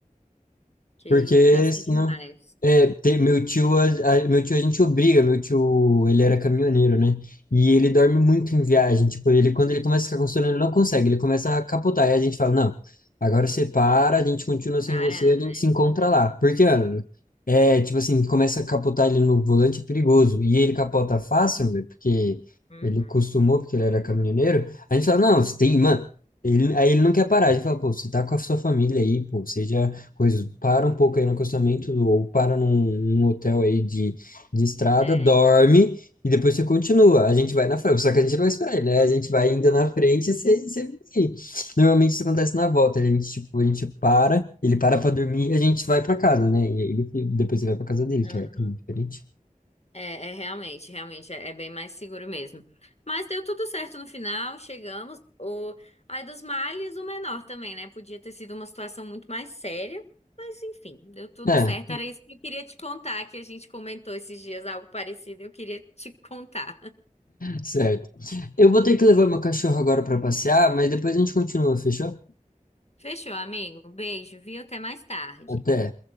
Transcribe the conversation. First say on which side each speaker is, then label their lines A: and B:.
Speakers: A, on the left (about 50°); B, on the left (about 75°).
A: que
B: Porque
A: cansa
B: senão.
A: demais.
B: É, tem- meu tio, a, a- meu tio a gente obriga, meu tio, ele era caminhoneiro, né? E ele dorme muito em viagem, tipo, ele quando ele começa a ficar com sono, ele não consegue, ele começa a capotar, e a gente fala, não, agora você para, a gente continua sem
A: Parar,
B: você, a
A: né?
B: gente se encontra lá. Porque, mano, é, tipo assim, começa a capotar ele no volante, é perigoso, e ele capota fácil, velho, porque
A: Uhum.
B: ele costumou, porque ele era caminhoneiro, a gente fala, não, você tem, mano, ele, aí ele não quer parar, a gente fala, pô, você tá com a sua família aí, pô, seja coisas, para um pouco aí no acostamento ou para num, num hotel aí de, de estrada,
A: É.
B: dorme e depois você continua. A gente vai na frente, só que a gente não vai esperar, ele, né? A gente vai ainda na frente e você, você vem. Normalmente isso acontece na volta, a gente, tipo, a gente para, ele para para dormir e a gente vai para casa, né? E aí ele, depois ele vai para casa dele,
A: Aham.
B: que é diferente.
A: É, é realmente, realmente, é, é bem mais seguro mesmo. Mas deu tudo certo no final, chegamos. O... Ai, dos males, o menor também, né? Podia ter sido uma situação muito mais séria, mas enfim, deu tudo
B: É,
A: certo. Era isso que eu queria te contar, que a gente comentou esses dias algo parecido, eu queria te contar.
B: certo. Eu vou ter que levar meu cachorro agora para passear, mas depois a gente continua, fechou?
A: <laughs> Fechou, amigo? Beijo, viu? Até mais tarde.
B: Até.